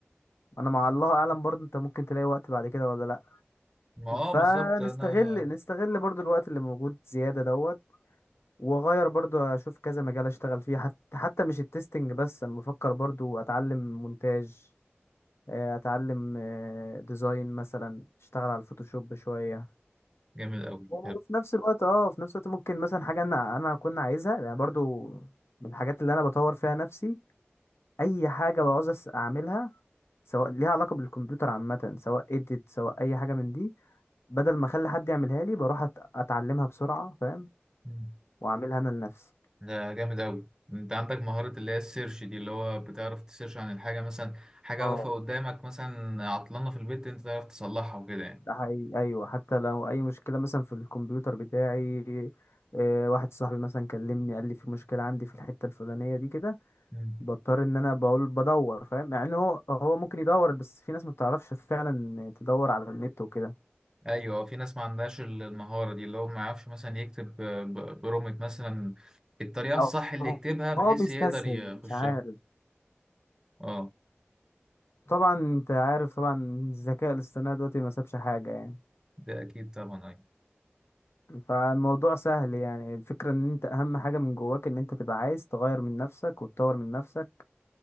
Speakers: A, on the left (about 80°); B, on the right (about 15°).
A: انا مع الله اعلم برضه انت ممكن تلاقي وقت بعد كده ولا لا
B: ما اه
A: فنستغل
B: بالظبط انا
A: نستغل برضه الوقت اللي موجود زيادة دوت واغير برضو اشوف كذا مجال اشتغل فيه حتى حتى مش التستنج بس انا بفكر برضو اتعلم مونتاج آه، اتعلم آه، ديزاين مثلا اشتغل على الفوتوشوب شوية
B: جامد قوي
A: وفي نفس الوقت اه في نفس الوقت ممكن مثلا حاجة انا انا كنت عايزها يعني برضو من الحاجات اللي انا بطور فيها نفسي اي حاجة بعوز أس- اعملها سواء ليها علاقة بالكمبيوتر عامة سواء اديت سواء اي حاجة من دي بدل ما اخلي حد يعملها لي بروح أت- اتعلمها بسرعة فاهم
B: مم.
A: واعملها انا لنفسي
B: ده جامد أوي أنت عندك مهارة اللي هي السيرش دي اللي هو بتعرف تسيرش عن الحاجة مثلا حاجة
A: اه
B: واقفة قدامك مثلا عطلانة في البيت أنت تعرف تصلحها وكده يعني
A: ده حقيقي ايوه حتى لو اي مشكله مثلا في الكمبيوتر بتاعي آه، واحد صاحبي مثلا كلمني قال لي في مشكله عندي في الحته الفلانيه دي كده
B: مم.
A: بضطر ان انا بقول بدور فاهم مع ان هو هو ممكن يدور بس في ناس ما بتعرفش فعلا تدور على النت وكده
B: أيوة في ناس ما عندهاش ال- المهارة دي اللي هو ما يعرفش مثلا يكتب آه، ب- برومت مثلا الطريقة الصح
A: او
B: اللي يكتبها بحيث
A: هو بيستسهل
B: يقدر يخشها
A: مش عارف
B: أه
A: طبعا انت عارف طبعا الذكاء الاصطناعي دلوقتي ما سابش حاجه يعني
B: ده أكيد طبعا أيوة
A: فالموضوع سهل يعني الفكره ان انت اهم حاجه من جواك ان انت تبقى عايز تغير من نفسك وتطور من نفسك